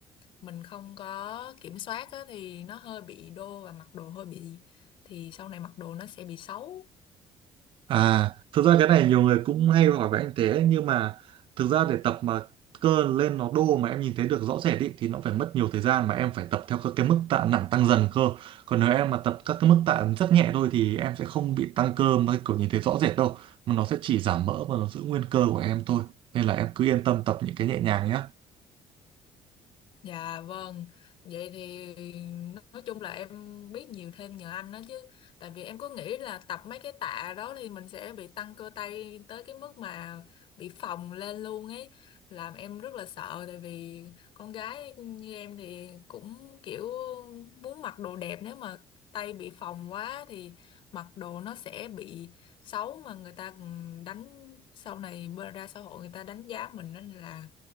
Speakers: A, on the left (about 60°); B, on the right (about 60°).
A: mình không có kiểm soát á, thì nó hơi bị đô và mặc đồ hơi bị thì sau này mặc đồ nó sẽ bị xấu
B: À, thực ra cái này nhiều người cũng hay hỏi với anh thế nhưng mà thực ra để tập mà cơ lên nó đô mà em nhìn thấy được rõ rệt ý, thì nó phải mất nhiều thời gian mà em phải tập theo các cái mức tạ nặng tăng dần cơ. Còn nếu em mà tập các cái mức tạ rất nhẹ thôi thì em sẽ không bị tăng cơ mà kiểu nhìn thấy rõ rệt đâu. Mà nó sẽ chỉ giảm mỡ và nó giữ nguyên cơ của em thôi. Nên là em cứ yên tâm tập những cái nhẹ nhàng nhé.
A: Dạ vâng, vậy thì nói chung là em biết nhiều thêm nhờ anh đó chứ. Tại vì em cứ nghĩ là tập mấy cái tạ đó thì mình sẽ bị tăng cơ tay tới cái mức mà bị phồng lên luôn ấy. Làm em rất là sợ tại vì con gái như em thì cũng kiểu muốn mặc đồ đẹp nếu mà tay bị phồng quá thì mặc đồ nó sẽ bị xấu mà người ta đánh sau này ra xã hội người ta đánh giá mình nên là